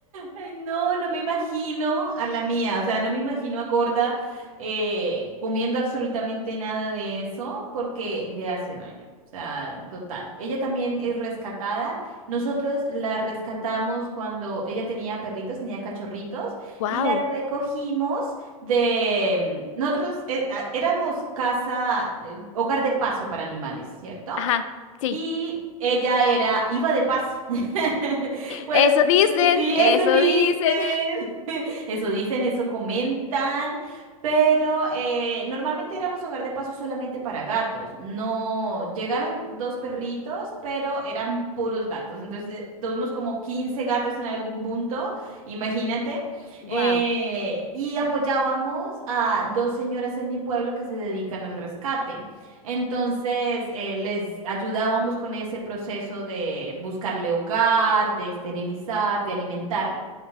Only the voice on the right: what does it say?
Ay, no, no me imagino a la mía, o sea, no me imagino a gorda eh, comiendo absolutamente nada de eso porque le hace daño. O sea, total. Ella también es rescatada. Nosotros la rescatamos cuando ella tenía perritos, tenía cachorritos,
y la recogimos de... mm, Nosotros eh, a- éramos casa, de- hogar de paso para animales, ¿cierto?
Y ella era, iba de paso. <laughs> Pues,
pues sí,
eso dicen.
<laughs> Eso dicen, eso comentan. Pero eh, normalmente éramos hogar de paso solamente para gatos. No, llegaron dos perritos, pero eran puros gatos. Entonces eh, tuvimos como 15 gatos en algún punto, imagínate.
Eh, y apoyábamos a dos señoras en mi pueblo que se dedican al rescate. Entonces, eh, les ayudábamos con ese proceso de buscarle hogar, de esterilizar, de alimentar.